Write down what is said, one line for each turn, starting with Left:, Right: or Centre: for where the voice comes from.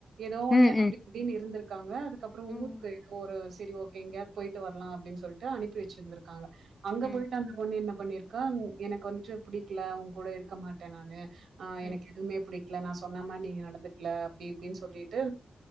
Right: ஏதோ ஒன்னு
Left: ம் ம்
Right: அப்டி இப்டின்னு இருந்திருக்காங்க அது கப்புற
Left: ம் ம்
Right: ஊருக்கு எதோ ஒரு சரி ஓகே எங்கயாவது போய்ட்டு வரலா அப்டின் சொல்ட்டு அனுப்பி வச்சிந்திருக்காங்க அங்க
Left: ம்
Right: போய்ட்டு அந்த பொண்ணு என்ன பண்ணிருக்கா எனக்கு வந்துட்டு புடிக்கல உங்கூட இருக்க மாட்ட நானு ஆ எனக்கு
Left: ம்
Right: எதுமே புடிக்கல நா சொன்ன மாரி நீங்க நடந்துக்கல அப்டி இப்டின்னு சொல்லிட்டு